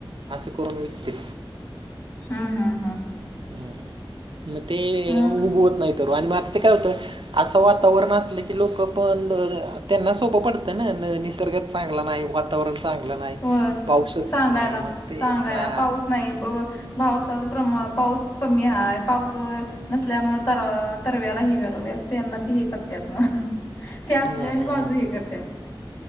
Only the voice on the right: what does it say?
असं करून विकतेत.
हम मग ते उगवत
नाही तरू आणि बाकी ते काय होतं. असं वातावरण असलं की लोक पण त्यांना सोपं पडतं ना निस निसर्गात चांगला नाही वात वातावरण चांगलं नाही
पाऊसच
नाही मग ते
हा
हम्म
हम्म